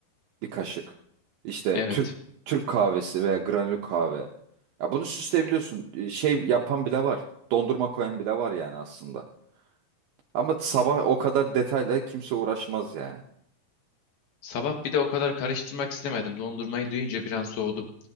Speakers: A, on the right; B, on the left.
A: bir kaşık. İşte
B: Evet.
A: Türk Türk kahvesi veya granül kahve. Ya bunu süsleyebiliyorsun. Ee, Şey yapan bile var. Dondurma koyan bile var yani aslında. Ama sabah o kadar detayla kimse uğraşmaz yani.
B: Sabah bir de o kadar karıştırmak istemedim. Dondurmayı duyunca bir an soğudum.